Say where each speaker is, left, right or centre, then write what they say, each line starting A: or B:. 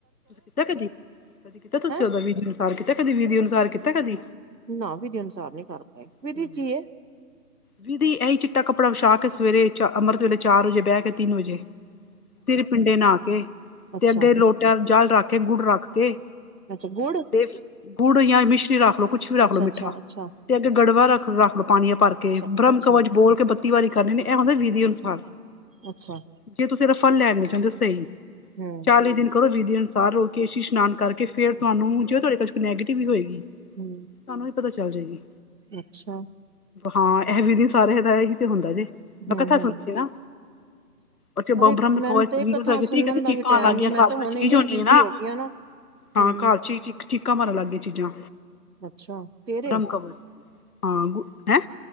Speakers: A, on the left; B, on the right.
A: ਕੀਤਾ ਕਦੀ? ਕਦੀ ਕੀਤਾ ਤੁਸੀਂ,
B: ਹੈਂ
A: ਓਦਾ ਵਿਧੀ ਅਨੁਸਾਰ ਕੀਤਾ ਕਦੀ? ਵਿਧੀ ਅਨੁਸਾਰ ਕੀਤਾ ਕਦੀ?
B: ਨਾ ਵਿਧੀ ਅਨੁਸਾਰ ਨਹੀਂ ਕਰਦੇ,
A: ਹਮ,
B: ਵਿਧੀ ਕੀ ਏ?
A: ਵਿਧੀ ਇਹੀ ਚਿੱਟਾ ਕੱਪੜਾ ਵਿਛਾਕੇ ਸਵੇਰੇ, ਚ ਅੰਮ੍ਰਿਤ ਵੇਲੇ ਚਾਰ-ਵਜੇ ਬਹਿਕੇ ਤਿੰਨ-ਵਜੇ। ਸਿਰ ਪਿੰਡੇ ਨਹਾਕੇ
B: ਅੱਛਾ-ਅੱਛਾ-ਅੱਛਾ
A: ਤੇ, ਅੱਧੇ ਲੋਟਾ ਜਲ ਰੱਖਕੇ, ਗੁੜ ਰੱਖਕੇ
B: ਅੱਛਾ, ਗੁੜ?
A: ਤੇ ਗੁੜ ਯਾਂ ਮਿਸ਼ਰੀ ਰੱਖਲੋ, ਕੁਛ ਵੀ ਰੱਖਲੋ
B: ਅੱਛਾ,
A: ਮਿੱਠਾ,
B: ਅੱਛਾ, ਅੱਛਾ,
A: ਤੇ ਅੱਗੇ ਗੜਵਾ ਰਾ ਰੱਖਲੋ, ਪਾਣੀ ਭਰ ਕੇ,
B: ਅੱਛਾ,
A: ਬ੍ਰਹਮ
B: ਅੱਛਾ,
A: ਕਵਚ ਬੋਲਕੇ ਬੱਤੀ ਵਾਰੀ ਕਰਨੀੇ ਨੇ, ਏ ਹੁੰਦਾ ਵਿਧੀ ਅਨੁਸਾਰ।
B: ਅੱਛਾ।
A: ਜੇ ਤੁਸੀਂ ਰਫਲ ਲੈਣੇ ਚਾਹੁੰਦੇ ਹੋ ਸਹੀ
B: ਹੂੰ,
A: ਚਾਲੀ-ਦਿਨ ਕਰੋ ਵੀਧੀ ਅਨ ਸਾਹ ਹੋਕੇ, ਕੇਸ਼ੀ ਇਸ਼ਨਾਨ ਕਰਕੇ, ਫੇਰ ਤੁਹਾਨੂੰ ਜੇ ਤੁਹਾਡੇ ਘਰ'ਚ ਨੈਗੇਟਿਵੀ ਹੋਏਗੀ
B: ਹੂੰ
A: ਤੁਹਾਨੂੰ ਵੀ ਪਤਾ ਚੱਲ ਜੇਗੀ।
B: ਅੱਛਾ!
A: ਹਾਂ, ਇਹ ਵੀਧੀ ਸਾਰੇਆ ਦਾ ਏਹੀ ਤੇ ਹੁੰਦਾ ਜੇ, ਮੈਂ
B: ਹੂੰ,
A: ਕਥਾ
B: ਹੂੰ,
A: ਸੁਣੀ ਸੀ ਨਾ। ਅੱਛਾ, ਬ
B: ਅਰੇ
A: ਬ੍ਰਹਮ-ਕਵਚ
B: ਮੈਨੂੰ ਤੇ
A: ਦੀ ਕਥਾ ਕੀਤੀ,
B: ਸੁਣਨ
A: ਕਹਿੰਦੀ
B: ਦਾ
A: ਚੀਕਾਂ
B: ਵੀ ਟੈਮ
A: ਆਣ ਲੱਗਗੀਆਂ
B: ਨੀ ਮੈਂ
A: ਘਰ
B: ਤਾਂ
A: ਵਿੱਚ
B: ਹੁਣ
A: ਚੀਜ਼
B: ਇੰਨੀ
A: ਹੋਣੀ
B: ਬਿਜ਼ੀ
A: ਏ, ਨਾ।
B: ਹੋ ਗਈ ਆ
A: ਹਾਂ,
B: ਹੂੰ।
A: ਘਰ'ਚ ਚੀ ਚੀਕਾਂ ਮਾਰਨ ਲੱਗਗੀ ਚੀਜ਼ਾਂ
B: ਅੱਛਾ, ਤੇਰੇ
A: ਬ੍ਰਹਮ-ਕਵਚ, ਹਾਂ, ਹੈਂ?